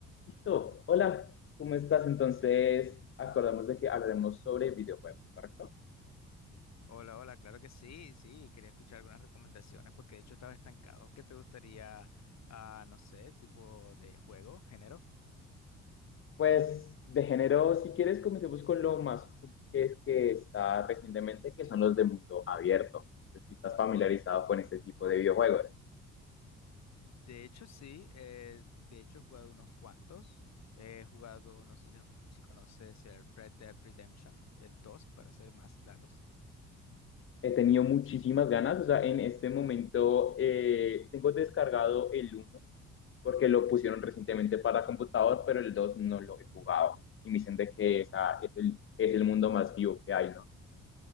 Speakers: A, on the left; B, on the left.
A: Listo. Hola, ¿cómo estás? Entonces, acordamos de que hablaremos sobre videojuegos, ¿correcto?
B: Hola, hola, claro que sí, sí, quería escuchar algunas recomendaciones porque de hecho estaba estancado. ¿Qué te gustaría, ah, no sé, tipo de juego, género?
A: Pues de género, si quieres, comencemos con lo más común que es que está recientemente, que son los de mundo abierto. No sé Si estás familiarizado con este tipo de videojuegos.
B: De hecho sí, eh, de hecho he jugado unos cuantos. He jugado, no sé si, si conoces el Red Dead Redemption, el 2 para ser más claros.
A: He tenido muchísimas ganas, o sea, en este momento eh, tengo descargado el uno porque lo pusieron recientemente para computador, pero el 2 no lo he jugado. Y me dicen de que esa es el, es el mundo más vivo que hay, ¿no?